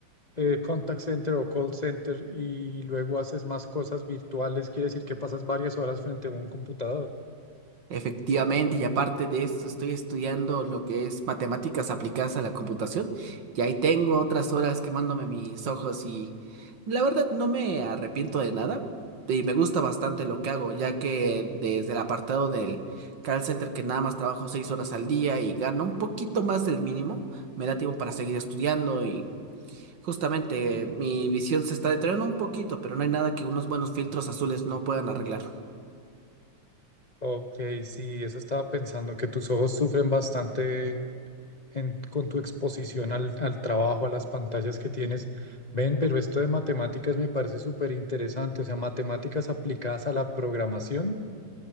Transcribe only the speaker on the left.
eh, contact center o call center y luego haces más cosas virtuales, quiere decir que pasas varias horas frente a un computador.
Ok, sí, eso estaba pensando, que tus ojos sufren bastante en- en- con tu exposición al, al trabajo, a las pantallas que tienes. Ven, pero esto de matemáticas me parece súper interesante, o sea, matemáticas aplicadas a la programación,